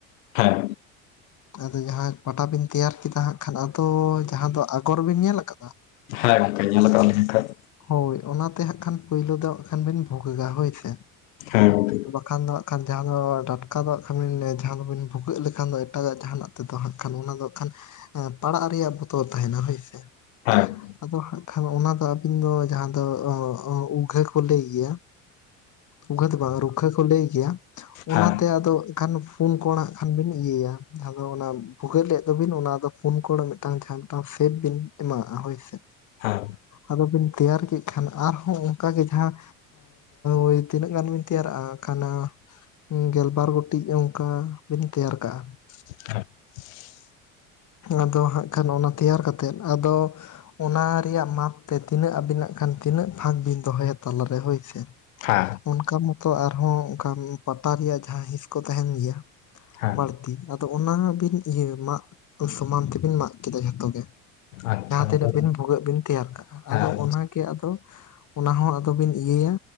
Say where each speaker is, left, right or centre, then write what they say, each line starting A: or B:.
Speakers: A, on the left; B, on the left.
A: ᱦᱮᱸ
B: ᱟᱫᱚ ᱡᱟᱦᱟᱸ ᱯᱟᱴᱟ ᱵᱤᱱ ᱛᱮᱭᱟᱨ ᱠᱮᱫᱟ ᱦᱟᱸᱜ ᱠᱷᱟᱱ ᱟᱫᱚ ᱡᱟᱦᱟᱸ ᱫᱚ ᱟᱜᱚᱨ ᱵᱤᱱ ᱧᱮᱞ ᱟᱠᱟᱫᱟ?
A: ᱦᱮᱸ ᱜᱚᱝᱠᱮ ᱧᱮᱞ ᱟᱠᱟᱫ ᱞᱤᱧ ᱠᱷᱟᱡ
B: ᱦᱳᱭ ᱚᱱᱟᱛᱮ ᱦᱟᱸᱜ ᱠᱷᱟᱱ ᱯᱳᱭᱞᱳ ᱫᱷᱚ ᱠᱷᱟᱱ ᱵᱮᱱ ᱵᱷᱩᱜᱟ ᱦᱳᱭᱥᱮ,
A: ᱦᱮᱸ ᱜᱚᱝᱠᱮ
B: ᱠᱷᱟᱱ ᱫᱚ ᱦᱟᱜ ᱠᱷᱟᱱ ᱡᱟᱦᱟᱸ ᱫᱚ ᱰᱟᱴᱠᱟ ᱫᱚ ᱦᱟᱜ ᱠᱷᱟᱱ ᱡᱟᱦᱟᱸ ᱫᱚᱵᱤᱱ ᱵᱷᱩᱜᱟᱹᱜ ᱞᱮᱠᱷᱟᱱ ᱫᱚ ᱮᱴᱟᱜᱟᱜ ᱡᱟᱦᱟᱱᱟᱜ, ᱛᱮᱫᱚ ᱦᱟᱸᱜ ᱠᱷᱟᱱ ᱚᱱᱟ ᱫᱚ ᱦᱟᱸ ᱠᱷᱟᱱ ᱯᱟᱲᱟᱜ ᱨᱮᱭᱟᱜ ᱵᱚᱛᱚᱨ ᱛᱟᱦᱮᱱᱟ ᱦᱳᱭ ᱥᱮ,
A: ᱦᱮᱸ᱾
B: ᱟᱫᱚ ᱦᱟᱸᱜ ᱠᱷᱟᱱ ᱚᱱᱟ ᱫᱚ ᱟᱵᱤᱱ ᱫᱚ ᱡᱟᱦᱟᱸ ᱫᱚ ᱩᱜᱷᱟᱹ ᱠᱚ ᱞᱟᱹᱭ ᱜᱮᱭᱟ, ᱩᱜᱷᱟᱹ ᱫᱚ ᱵᱟᱝ ᱨᱩᱠᱷᱟᱹ ᱠᱚ ᱞᱟᱹᱭ ᱜᱮᱭᱟ ᱚᱱᱟᱛᱮ
A: ᱦᱮᱸ
B: ᱟᱫᱚ ᱠᱷᱟᱱ ᱯᱩᱱ ᱠᱚᱲᱟᱜ ᱠᱷᱟᱱ ᱵᱤᱱ ᱤᱭᱟᱹᱭᱟ ᱟᱫᱚ ᱚᱱᱟ ᱵᱷᱩᱜᱟᱹᱜ ᱞᱮᱫ ᱫᱚᱵᱤᱱ ᱚᱱᱟ ᱫᱚ ᱯᱷᱩᱱ ᱠᱚᱲ ᱢᱤᱫᱴᱟᱝ ᱡᱟᱦᱟᱴᱟᱝ ᱥᱮᱵ ᱵᱤᱱ ᱮᱢᱟᱣᱟᱜᱼᱟ ᱦᱳᱭ ᱥᱮ
A: ᱦᱮᱸ᱾
B: ᱟᱫᱚ ᱵᱤᱱ ᱛᱮᱭᱟᱨ ᱠᱮᱫ ᱠᱷᱟᱱ ᱟᱨᱦᱚᱸ ᱚᱱᱠᱟᱜᱮ ᱡᱟᱦᱟᱸ ᱳᱭ ᱛᱤᱱᱟᱹᱜ ᱜᱟᱱ ᱵᱤᱱ ᱛᱮᱭᱟᱨᱟᱜᱼᱟ ᱠᱟᱱᱟ ᱜᱮᱞᱵᱟᱨ ᱜᱚᱴᱤᱡ ᱚᱱᱠᱟ ᱰᱤᱱ ᱛᱮᱭᱟᱨ ᱠᱟᱜᱼᱟ,
A: <unintelligible>
B: ᱟᱫᱚ ᱦᱟᱸᱜ ᱠᱷᱟᱱ ᱚᱱᱟ ᱛᱮᱭᱟᱨ ᱠᱟᱛᱮᱫ ᱟᱫᱚ ᱚᱱᱟ ᱨᱮᱭᱟᱜ ᱢᱟᱯ ᱛᱮ ᱛᱤᱱᱟᱹᱜ ᱟᱵᱤᱱᱟᱜ ᱠᱷᱟᱱ ᱛᱤᱱᱟᱹᱜ ᱯᱷᱟᱜᱽ ᱵᱤᱱ ᱫᱚᱦᱚᱭᱟ ᱛᱟᱞᱟᱨᱮ ᱦᱳᱭ ᱥᱮ
A: ᱦᱮᱸ
B: ᱚᱱᱠᱟ ᱢᱚᱛᱚ ᱟᱨᱦᱚᱸ ᱚᱱᱠᱟ ᱯᱟᱴᱟ ᱨᱮᱭᱟᱜ ᱡᱟᱦᱟᱸ ᱦᱤᱸᱥ ᱠᱚ ᱛᱟᱦᱮᱱ ᱜᱮᱭᱟ
A: ᱦᱮᱸ
B: ᱵᱟᱹᱲᱛᱤ ᱟᱫᱚ ᱚᱱᱟ ᱵᱤᱱ ᱤᱭᱟᱹ ᱢᱟᱜ ᱥᱚᱢᱟᱱ ᱛᱮᱵᱤᱱ ᱢᱟᱜ ᱠᱮᱫᱟ ᱡᱷᱚᱛᱚ ᱜᱮ,
A: ᱟᱪᱪᱷᱟ
B: ᱡᱟᱦᱟᱸ ᱛᱤᱱᱟᱹᱜ
A: ᱜᱚᱝᱠᱮ
B: ᱵᱤᱱ ᱵᱷᱩᱜᱟᱹᱜ ᱵᱤᱱ ᱛᱮᱭᱟᱨ ᱠᱟᱜᱼᱟ, ᱟᱫᱚ
A: ᱦᱮᱸ
B: ᱚᱱᱟᱜᱮ ᱟᱫᱚ ᱚᱱᱟ ᱦᱚ ᱟᱫᱚᱵᱤᱱ ᱤᱭᱟᱹᱭᱟ